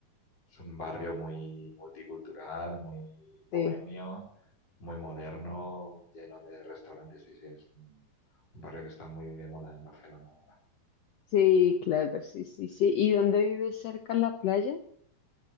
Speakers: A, on the left; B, on the left.
A: Es un barrio muy multicultural, muy bohemio,
B: Sí,
A: muy moderno, lleno de restaurantes y sí, es un, un barrio que está muy de moda en Barcelona ahora.
B: sí, claro, sí, sí, sí. ¿Y dónde vives cerca a la playa?